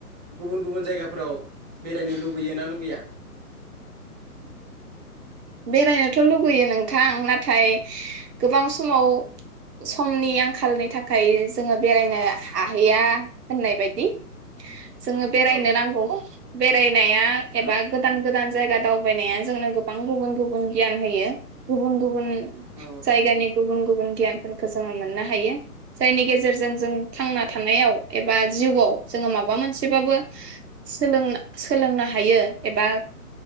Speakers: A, on the right; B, on the right.
A: गुबुन गुबुन जायगाफोराव बेरायनो लुबैयो ना लुबैया?
B: बेरायनोथ' लुगैयो नोंथां, नाथाय गोबां समाव समनि आंखालनि थाखाय जोङो बेरायनो हाहैया होननाय बादि। जोङो बेरायनो
A: औ
B: नांगौ, बेरायनाया
A: औ
B: एबा गोदान जायगा दावबायनाया जोंनो गोबां गुबुन गुबुन गियान होयो, गुबुन गुबुन
A: औ
B: जायगानि गुबुन गुबुन गियानफोरखो जोङो मोननो हायो। जायनि गेजेरजों जों थांना थानायाव एबा जिवाव जोङो माबा मोनसेबाबो सोलों-सोलोंनो हायो एबा